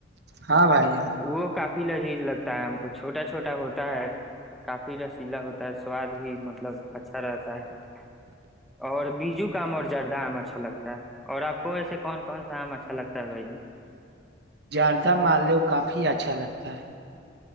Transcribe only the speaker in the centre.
وہ کافی فی لذیذ لگتا ہے ہم کو چھوٹا چھوٹا ہوتا ہے کافی رسیلا ہوتا سواد بھی مطلب اچھا رہتا ہے اور بیجو کا آم اور جردہ آم اچھا لگتا ہے اور آپ کو ویسے کون کون سا آم اچھا لگتا ہے بھائی